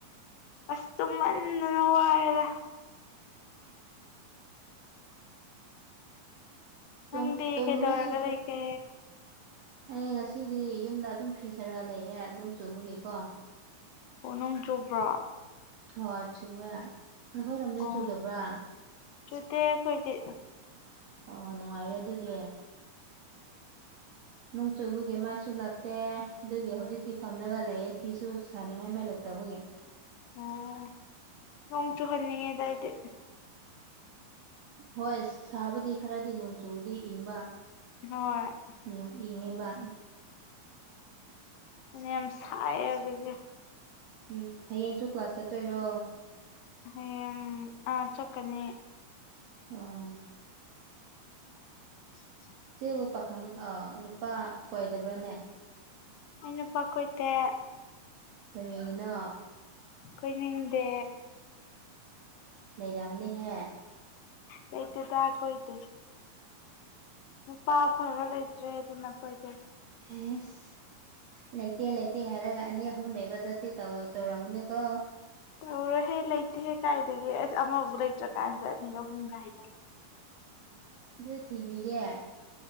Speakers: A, on the left; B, on the right.
A: ꯑꯁ ꯇꯨꯝꯃꯟꯗꯅ ꯋꯥꯔꯦꯗ
B: ꯇꯨꯝ
A: ꯅꯪꯗꯤ
B: ꯇꯨꯝꯔꯁꯨ
A: ꯀꯩꯗꯧꯔꯒ ꯂꯩꯒꯦ
B: ꯑꯩ ꯉꯁꯤꯗꯤ ꯌꯨꯝꯗ ꯑꯗꯨꯝ ꯐꯤ ꯁꯥꯔ ꯂꯩꯌꯦ ꯅꯣꯡ ꯆꯨꯕꯒꯤꯀꯣ
A: ꯑꯣ ꯅꯣꯡ ꯆꯨꯕ꯭ꯔꯥ
B: ꯍꯣꯏ ꯆꯨꯨꯋꯦ ꯅꯈꯣꯏꯔꯣꯝꯗꯗꯤ
A: ꯑꯣ
B: ꯆꯨꯗꯕ꯭ꯔꯥ
A: ꯆꯨꯗꯦ ꯑꯈꯣꯏꯗꯤ
B: ꯑꯣ ꯅꯨꯡꯉꯥꯏꯔꯦ ꯑꯗꯨꯗꯤ ꯅꯣꯡ ꯆꯨꯕꯒꯤ ꯃꯥꯏꯁꯨ ꯂꯛ ꯇꯦ ꯑꯗꯨꯒꯤ ꯍꯧꯖꯤꯛꯇꯤ ꯐꯝꯔꯒ ꯂꯩꯌꯦ ꯐꯤꯁꯨ ꯁꯥꯅꯤꯡꯉꯥꯏ ꯃꯩ ꯂꯩꯇꯕꯒꯤ
A: ꯑꯣ ꯅꯣꯡ ꯆꯨꯍꯟꯅꯤꯡꯉꯦꯗ ꯑꯩꯗꯤ
B: ꯍꯣꯏ ꯁꯥꯕꯨꯗꯤ ꯈꯔꯗꯤ ꯅꯣꯡ ꯆꯨꯕꯗꯤ ꯏꯪꯕ
A: ꯍꯣꯏ
B: ꯅꯣꯛꯅꯤꯡꯉꯦꯕ
A: ꯐꯅ꯭ꯌꯥꯝ ꯁꯥꯏꯌꯦ <unintelligible>
B: ꯎꯝ ꯍꯌꯦꯡꯁꯨ ꯀ꯭ꯂꯥꯁ ꯆꯠꯇꯣꯏꯔꯣ
A: ꯍꯌꯦꯡ ꯑꯥ ꯆꯠꯀꯅꯤ
B: ꯑꯣ
A: <inaudible>
B: ꯆꯦꯕꯨ ꯄꯥꯈꯪ ꯑ ꯅꯨꯄꯥ ꯀꯣꯏꯗꯕ꯭ꯔꯥꯅꯦ
A: ꯑꯩ ꯅꯨꯄꯥ ꯀꯣꯏꯗꯦ
B: ꯀꯔꯤꯒꯤꯅꯣ
A: ꯀꯣꯏꯅꯤꯡꯗꯦ
B: ꯂꯩꯔꯝꯅꯤꯍꯦ
A: ꯂꯩꯇꯦꯗ ꯇ ꯀꯏꯇꯦ ꯅꯨꯄꯥ ꯑꯐꯕ ꯂꯩꯇ꯭ꯔꯦ ꯑꯗꯨꯅ ꯀꯣꯏꯗꯤ
B: ꯑꯦꯁ ꯂꯩꯇꯦ ꯂꯩꯇꯦ ꯍꯥꯏꯔꯒ ꯑꯅꯤ ꯑꯍꯨꯝ ꯂꯩꯕꯖꯠꯇꯦ ꯇꯧꯗ ꯇꯧꯔꯝꯒꯅꯨꯀꯣ
A: ꯇꯧꯔꯣꯏꯍꯦ ꯂꯩꯇꯦꯍꯦ ꯀꯥꯏꯗꯒꯤ ꯑꯁ ꯑꯃꯐꯥꯎ ꯂꯩꯇ꯭ꯔꯀꯥꯟꯁꯤꯠ ꯑꯅꯤ ꯑꯍꯨꯝꯒꯥꯏ ꯍꯥꯏꯖꯜꯂꯦ
B: ꯑꯗꯨ ꯊꯤꯕꯤꯒꯦ